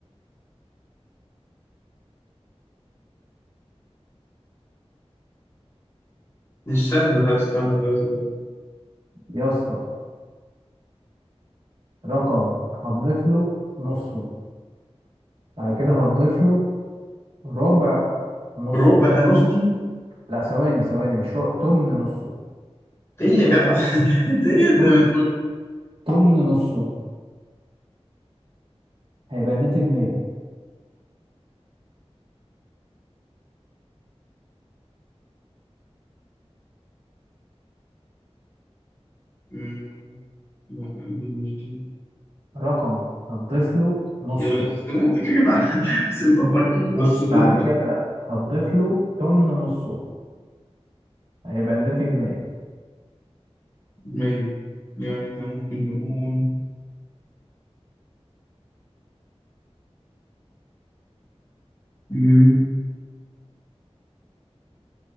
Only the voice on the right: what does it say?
يا اسطى رقم هتضيف له نصه بعد كده هتضيف له ربع نصه
لا ثواني ثواني مش رق... تمن نصه
تمن
تمن نصه هيبقى الناتج 100
رقم هتضيف له نصه
بعد
كده هتضيف له تمن نصه هيبقى الناتج 100